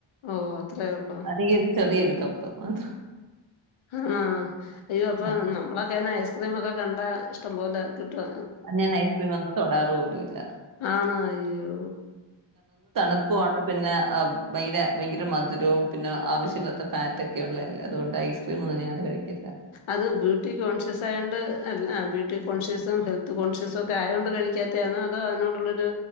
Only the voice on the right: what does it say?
അല്ലെങ്കിൽ ഒരു ചെവിയൊരു കപ്പ് മാത്രം
ആഹ്
ഞാൻ ഐസ്ക്രീം ഒന്നും തോടാറ് പോലുല്ല.
പ്പ പിന്നെ ഭയങ്കര ഭയങ്കര മധുരവും പിന്നെ ആവശ്യമില്ലാത്ത ഫാറ്റൊക്കെ ഉള്ളതല്ലേ അതുകൊണ്ട് ഐസ് ക്രീമൊന്നും ഞാനങനെ കഴിക്കില്ല.